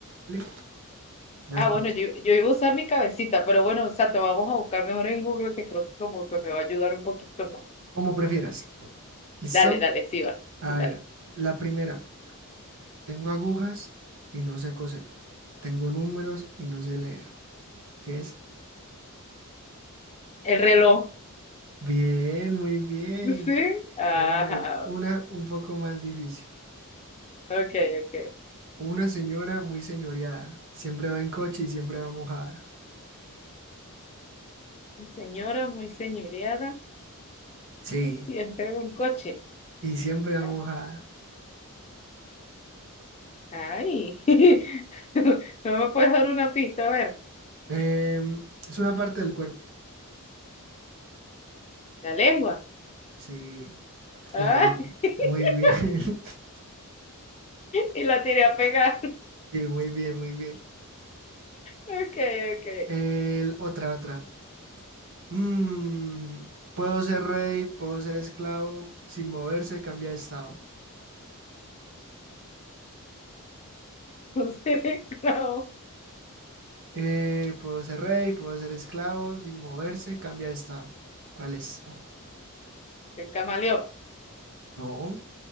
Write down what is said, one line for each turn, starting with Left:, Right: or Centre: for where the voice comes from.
Right: ¿vale?
Left: Ah,
Right: Aquí.
Left: bueno, yo, yo iba a usar mi cabecita, pero bueno, o sea, te vamos a buscar mejor en Google, que creo que como que me va a ayudar un poquito más.
Right: Como prefieras. ¿Listo?
Left: Dale, dale, sí va.
Right: A
Left: Dale.
Right: ver, la primera. Tengo agujas y no sé coser. Tengo números y no sé leer. ¿Qué es?
Left: El reloj.
Right: Bien, muy bien.
Left: Sí. Ajá.
Right: Te voy a poner una un poco más difícil.
Left: Ok, ok.
Right: Una señora muy señoreada. Siempre va en coche y siempre va mojada.
Left: Una Señora muy señoreada,
Right: Sí,
Left: siempre un coche.
Right: y siempre va
Left: Ay.
Right: mojada.
Left: Ay. <laughs> No me puedes dar una pista, a ver.
Right: Em, es una parte del cuerpo.
Left: La lengua.
Right: Sí,
Left: Ay.
Right: la lengua.
Left: <laughs>
Right: Muy bien. <laughs>
Left: Y la tiré a pegar.
Right: Sí, muy bien, muy bien.
Left: Ok, ok.
Right: El- otra, otra. Mm, puedo ser rey, puedo ser esclavo, sin moverse, cambia de estado.
Left: Un cereclavo.
Right: Eh, puedo ser rey, puedo ser esclavo, sin moverse, cambia de estado. ¿Cuál es?
Left: El camaleón.
Right: No.